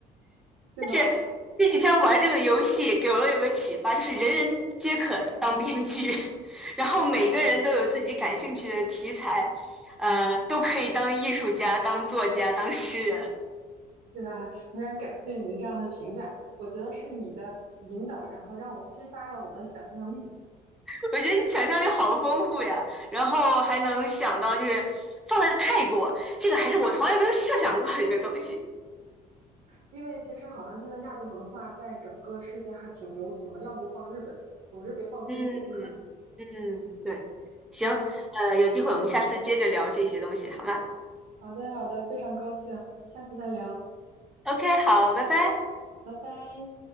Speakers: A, on the right; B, in the centre.
A: 是吧？
B: 这这几天玩这个游戏给了我有个启发，就是人人皆可当编剧，<laughs> 然后每个人都有自己感兴趣的题材，
A: 嗯
B: 呃，都可以当艺术家、当作家、当诗人。
A: 对吧？非常感谢你这样的评价，我觉得是你的引导，然后让我激发了我的想象力。
B: <laughs> 我觉得你想象力好丰富呀，然后还能想到就是放在泰国，这个还是我从来没有设想过的一个东西。
A: 因为其实好像现在亚洲文化在整个世界还挺流行的，要么就放日本，总之别放中国。
B: 嗯嗯，对，行，
A: <laughs> 嗯，
B: 呃，有机会我们下次接着聊这些东西，好吗
A: 好的，好的，非常高兴，下次再聊，
B: ？OK，好，拜拜。
A: 拜拜。